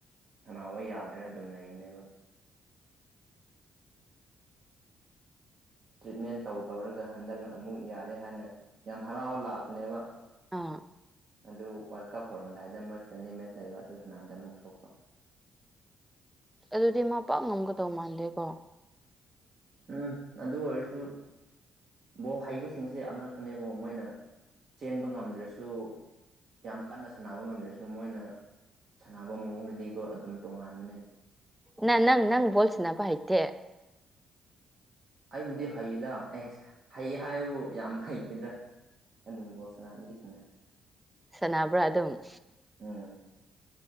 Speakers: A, on the right; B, in the centre.
A: ꯁꯥꯟꯅꯕ ꯌꯥꯗꯅ ꯑꯗꯨꯝ ꯂꯩꯕꯅꯦꯕ ꯇ꯭ꯔꯤꯠꯃꯦꯟ ꯇꯧ ꯇꯧꯔꯒ ꯍꯟꯗꯛꯅ ꯑꯃꯨꯛ ꯌꯥꯔꯦ ꯍꯥꯏꯅ ꯌꯥꯝ ꯍꯔꯥꯎꯅ ꯂꯥꯛꯄꯅꯦꯕ
B: ꯑꯥ
A: ꯑꯗꯨ ꯋꯥꯔꯜ ꯀꯞ ꯍꯧꯔꯝꯗꯥꯏꯗ ꯃꯣꯏ ꯐ꯭ꯔꯦꯂꯤ ꯃꯦꯁ ꯂꯩꯕ ꯑꯗꯨ ꯁꯥꯟꯅꯕꯗ ꯑꯃꯨꯛ ꯁꯣꯛꯄ
B: ꯑꯗꯨꯗꯤ ꯃꯥ ꯄꯥꯛ ꯉꯝꯒꯗꯧ ꯃꯥꯟꯗꯦꯀꯣ
A: ꯎꯝ ꯑꯗꯨ ꯑꯣꯏꯔꯁꯨ ꯕꯣꯜ ꯍꯩꯕꯁꯤꯡꯁꯦ ꯑꯉꯛ ꯅꯦꯀꯣ ꯃꯣꯏꯅ ꯆꯦꯟꯕ ꯉꯝꯗ꯭ꯔꯁꯨ ꯁꯨ ꯌꯥꯝ ꯀꯟꯅ ꯁꯥꯟꯅꯕ ꯉꯝꯗ꯭ꯔꯁꯨ ꯃꯣꯏꯅ ꯁꯥꯟꯅꯕ ꯃꯑꯣꯡꯗꯗꯤꯀꯣ ꯑꯗꯨꯝ ꯇꯣꯉꯥꯟꯕꯅꯦ
B: ꯅ ꯅꯪ ꯅꯪ ꯕꯣꯜ ꯁꯥꯟꯅꯕ ꯍꯩꯇꯦ
A: ꯑꯩꯕꯨꯗꯤ ꯍꯩꯌꯦꯗ ꯑꯩꯁ ꯍꯩꯌꯦ ꯍꯥꯏꯕꯨ ꯌꯥꯝ ꯍꯩꯇꯦꯗ ꯑꯗꯨꯝ ꯕꯣꯜ ꯁꯅꯕꯗꯤ ꯁꯅꯩ
B: ꯁꯥꯟꯅꯕ꯭ꯔꯥ ꯑꯗꯨꯝ
A: ꯎꯝ